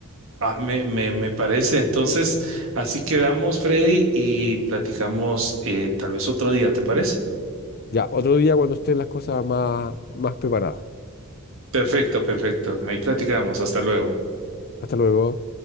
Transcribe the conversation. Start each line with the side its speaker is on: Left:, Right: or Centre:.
Right: Ah, me, me, me parece. Entonces, así quedamos, Freddy, y platicamos eh, tal vez otro día, ¿te parece?
Left: Ya, otro día cuando estén las cosas más, más preparadas.
Right: Perfecto, perfecto. Ahí platicamos. Hasta luego.
Left: Hasta luego.